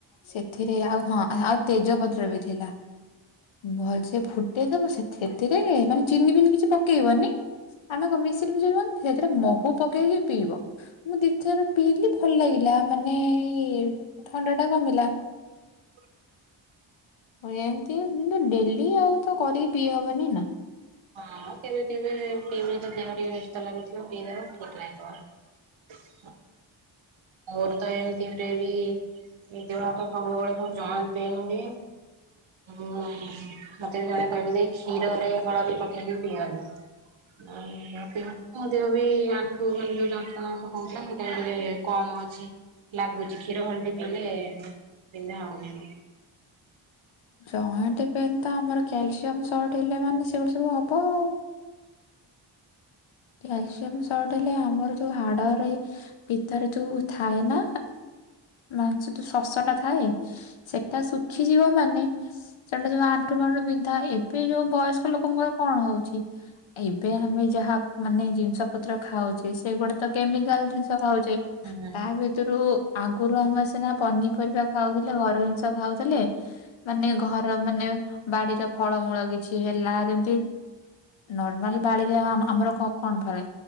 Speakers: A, on the left; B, on the right.
A: ସେଥିରେ ଆ ଆଉ ହଁ ଆ ଆଉ ତେଜପତ୍ର ବି ଥିଲା। ଭଲସେ ଫୁଟେଇଦବ ସେ ସେଥିରେ ମାନେ ଚିନି ଫିନି କିଛି ପକେଇବନି। ଆମେ କଣ ମିଶ୍ରୀ ଫିଶ୍ରି ବ ସେଥିରେ ମହୁ ପକେଇକି ପିଇବ। ମୁଁ ଦି ଚାର ପିଇଲିି ଭଲ ଲାଗିଲା ମାନେ ଏଇ ଥଣ୍ଡା ଟା କମିଲା।
B: ହ
A: ଆଉ ଏମତି ଯେ ଡେଲି ଆଉ ତ କରିକି ପିଇ ହବନି ନା।
B: ହଁ କେବେ କେବେ ପିଇବ ଦେହ ଟିକେ ବ୍ୟସ୍ତ ଲାଗୁଥିବ ପିଇଦବା ଠିକ ଲାଗିବ। ମୋର ତ ଏମତି ରେ ବି ଏଇ ଦେହ ହାତ ସବୁବେଳେ ସବୁ ଜଏଣ୍ଟ ପେନ ହୁଏ। ଉମ ମତେ ବି ଜଣେ କହିଲେ ଯେ କ୍ଷୀରରେ ହଳଦୀ ପକେଇକି ପିଇବାକୁ ଆଉ ମୁ ପି ମୋ ଦେହ ବି ଆଣ୍ଠୁ ଗଣ୍ଠି ଯୋଉ ଯନ୍ତ୍ରଣା ହୋଉଥିଲା ହେଟା ଏବେ ଟିକେ କମ ଅଛି। ଲାଗୁଛି କ୍ଷୀର ହଳଦୀ ପିଇଲେ ବିନ୍ଧା ହଉନି।
A: ଜଏଣ୍ଟ ପେନ୍ ତ ଆମର କ୍ୟାଲସିୟମ ସଟ ହେଲେ ମାନେ ସେଗୁଡା ସବୁ ହବ ଆଉ। କ୍ୟାଲସିୟମ ସଟ ହେଲେ ଆମର ଯୋଉ ହାଡରେ ଏ ଭିତରେ ଯୋଉ ଥାଏ ନା ମାଂସ ତୁ ଶଶ ଟା ଥାଏ। ସେଟା ଶୁଖିଯିବ ମାନେ ସେଟା ଯୋଉ ଆଣ୍ଠୁ ଫାଣ୍ଠୁ ବିନ୍ଧା ଏ ଯୋଉ ବୟସ୍କ ଲୋକଙ୍କର କଣ ହଉଚି ଏବେ ଆମେ ଯାହା ମାନେ ଜିନିଷ ପତ୍ର ଖାଉଛେ ସେ ଗୁଡା ତ କେମିକାଲ ଜିନିଷ ଖାଉଛେ
B: ହୁଁ ହୁଁ
A: ତା ଭିତରୁ ଆଗରୁ ଆମେ ସିନା ପନିପରିବା ଖାଉଥିଲେ ଘର ଜିନିଷ ଖାଉଥିଲେ। ମାନେ ଘର ମାନେ ବାଡିର ଫଳମୂଳ କିଛି ହେଲା ଯେମିତି ନର୍ମାଲ ବାଳିରେ ଆମର କଣ ଫରେ